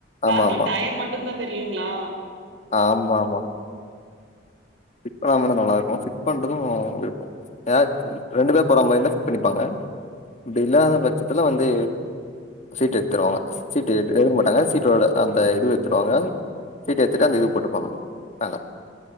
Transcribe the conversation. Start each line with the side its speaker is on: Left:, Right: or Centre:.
Left: ஆமா
Right: பேக்ல
Left: ஆமா
Right: டயர் மட்டுந்தா தெரியுங்ளா
Left: ஆமா ஆமா ஃபிட் பண்ணாமந்தா நல்லார் கூ ஃபிட் பண்றதூ இர்க்கூ ஏட் ரெண்டு பேர் போற மாரி இந்தா ஃபிட் பண்ணிப்பாங்க அப்டில்லாத பட்சத்துல வந்து சீட்டு எத்துருவாங்க சீட்டு எ எடுக்க மாட்டாங்க சீட்டோட அந்த இது எத்துருவாங்க சீட்டி எத்துட்டு அந்த இது போட்டுப்பாங்க மேல